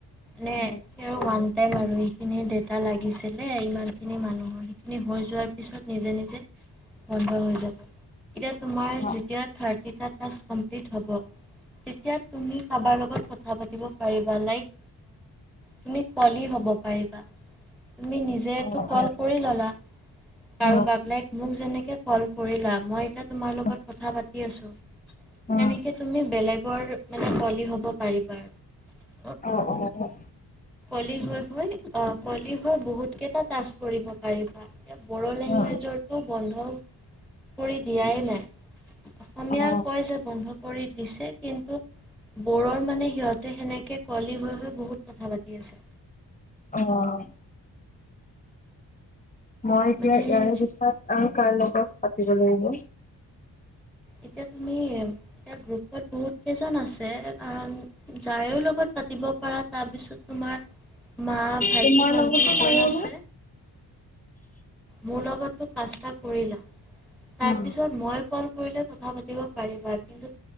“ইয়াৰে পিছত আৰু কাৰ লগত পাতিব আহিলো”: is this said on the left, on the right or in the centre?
Left